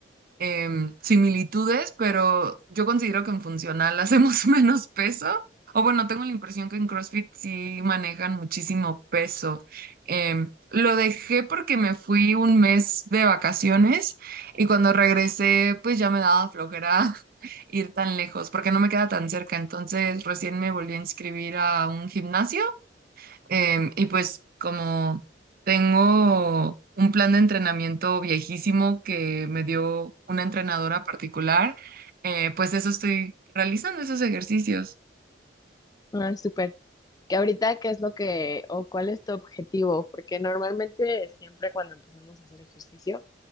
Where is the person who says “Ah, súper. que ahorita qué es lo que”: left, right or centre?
Left